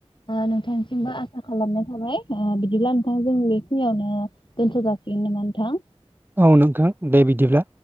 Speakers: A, on the left (about 50°); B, on the right (about 20°).
A: ओ नोंथांसिमबो आसा खालामनाय थाबाय ओ बिदिब्ला नोंथां जोंनि खिनियावनो दोनथ' जासिगोन नामा नोंथां?
B: औ नोंथां दे बिदिब्ला।